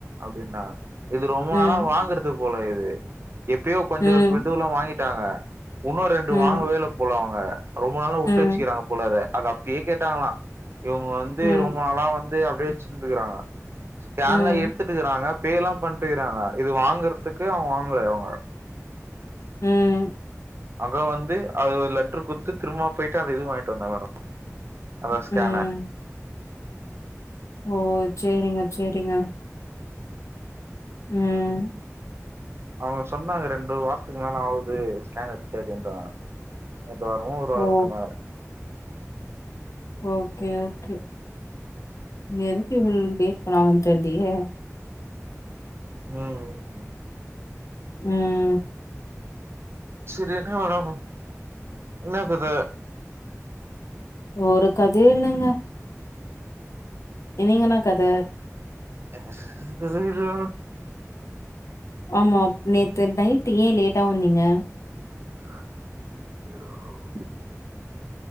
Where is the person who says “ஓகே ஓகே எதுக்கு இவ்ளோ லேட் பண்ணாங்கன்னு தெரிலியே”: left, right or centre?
Left